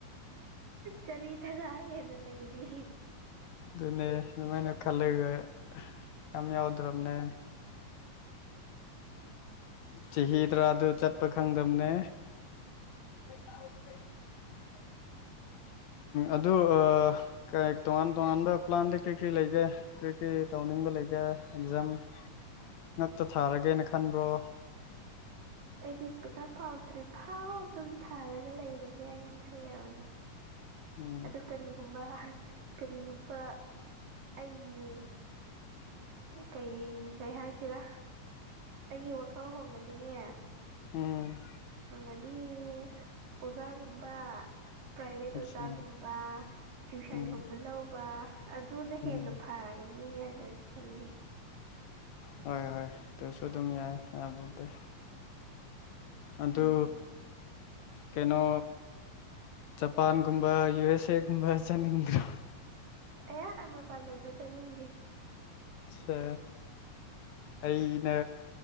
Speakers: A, on the right (about 90°); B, on the left (about 65°).
A: ꯆꯍꯤ ꯊꯔꯥ ꯍꯦꯟꯅ ꯂꯩꯔꯤ
B: ꯑꯗꯨꯅꯦ ꯑꯗꯨꯃꯥꯏꯅ ꯈꯜꯂꯒ ꯌꯥꯝ ꯌꯥꯎꯗ꯭ꯔꯕꯅꯦ ꯆꯍꯤ ꯇꯔꯥꯗꯨ ꯆꯠꯄ ꯈꯪꯗꯝꯕꯅꯦ <inaudible>
A: ꯑꯣ <unintelligible>
B: ꯑꯗꯨ ꯑꯥ ꯇꯣꯉꯥꯟ ꯇꯣꯉꯥꯟꯕ ꯄ꯭ꯂꯥꯟꯗꯤ ꯀꯔꯤ ꯀꯔꯤ ꯂꯩꯒꯦ ꯀꯔꯤ ꯀꯔꯤ ꯇꯧꯅꯤꯡꯕ ꯂꯩꯒꯦ ꯑꯦꯛꯖꯥꯝ ꯉꯛꯇ ꯊꯥꯔꯒꯦꯅ ꯈꯟꯕ꯭ꯔꯣ
A: ꯑꯩꯗꯤ ꯄꯤꯛꯈꯥ ꯐꯥꯎ ꯐꯥꯎꯗ꯭ꯔꯤꯐꯥꯎ ꯑꯗꯨꯝ ꯊꯥꯔꯒ ꯂꯩꯔꯒꯦ ꯍꯥꯏꯅ ꯈꯜꯂꯕꯅꯦ
B: ꯎꯝ
A: ꯑꯗꯨ ꯀꯔꯤꯒꯨꯝꯕ ꯀꯔꯤꯒꯨꯝꯕ ꯑꯩꯒꯤ ꯀꯩ ꯀꯩ ꯍꯥꯏꯁꯤꯔ ꯑꯩꯒꯤ ꯋꯥꯈꯜ ꯍꯣꯡꯉꯗꯤꯅꯦ
B: ꯎꯝ
A: ꯍꯥꯏꯗꯤ ꯑꯣꯖꯥꯒꯨꯝꯕ ꯄ꯭ꯔꯥꯏꯚꯦꯠ ꯑꯣꯖꯥꯒꯨꯝꯕ
B: ꯑꯆꯥ
A: ꯇꯨꯏꯁꯟꯒꯨꯝꯕ
B: ꯎꯝ
A: ꯂꯧꯕ ꯑꯗꯨꯅ ꯍꯦꯟꯅ
B: ꯎꯝ
A: ꯐꯒꯅꯤ ꯍꯥꯏꯅ ꯈꯜꯂꯤ꯫
B: ꯍꯣꯏ ꯍꯣꯏ ꯑꯗꯨꯁꯨ ꯑꯗꯨꯝ ꯌꯥꯏ ꯌꯥꯕꯕꯨꯗꯤ꯫ ꯑꯗꯨ꯫
A: ꯎꯝ
B: ꯀꯩꯅꯣ ꯖꯄꯥꯟꯒꯨꯝꯕ ꯌꯨ ꯑꯦꯁ ꯑꯦ ꯒꯨꯝꯕꯗ ꯆꯠꯅꯤꯡꯗ꯭ꯔꯣ꯫
A: ꯑꯩꯌꯥ ꯑꯩ ꯃꯄꯥꯟꯂꯣꯝꯗ ꯆꯠꯅꯤꯡꯗꯦ꯫
B: ꯑꯠꯁꯥ ꯑꯩꯅ